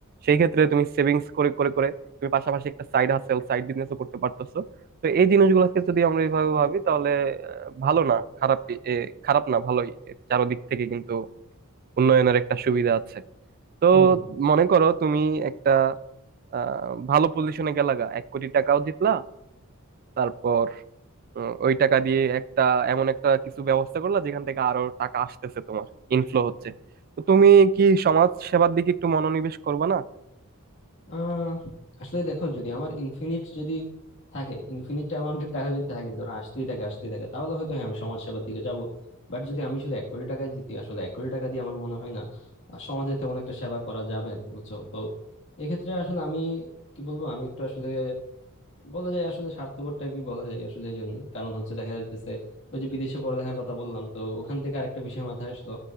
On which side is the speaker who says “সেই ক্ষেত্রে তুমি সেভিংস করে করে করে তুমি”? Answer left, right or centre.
Right